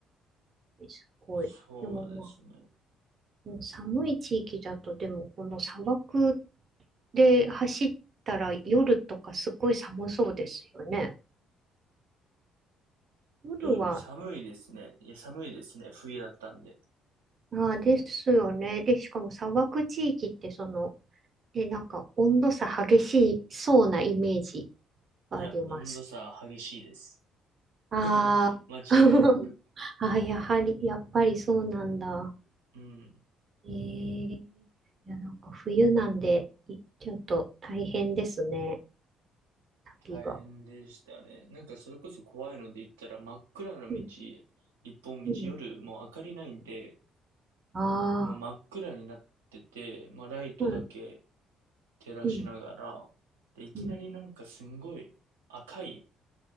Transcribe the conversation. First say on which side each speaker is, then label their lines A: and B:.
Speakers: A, on the right (about 45°); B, on the right (about 80°).
A: ーん、すごい。
B: そうですね。
A: でも、まあ、もう寒い地域だと、でも、この砂漠で走ったら夜とかすごい寒そうですよね。夜は、
B: 夜寒いですね。いや、寒いですね。冬だったんで。
A: ああ、ですよね。で、しかも砂漠地域って、その、で、なんか温度差激しいそうなイメージがあります。
B: いや、温度差激しいです。
A: あー
B: <laughs> 間違いなく。
A: <laughs> あー、やはり、やっぱりそうなんだ。
B: うん。
A: えー、いや、なんか冬なんで、いちょっと大変ですね、旅が。
B: 大変でしたね。なんかそれこそ怖いので言ったら真っ暗な道、
A: うん、
B: 一本道、
A: うん。
B: 夜もう明かりないんで、
A: ああ、
B: もう真っ暗になってて、まあ、ライトだけ
A: うん、
B: 照らしながら、
A: うん、
B: で、いきなりなんかすんごい赤い
A: うん、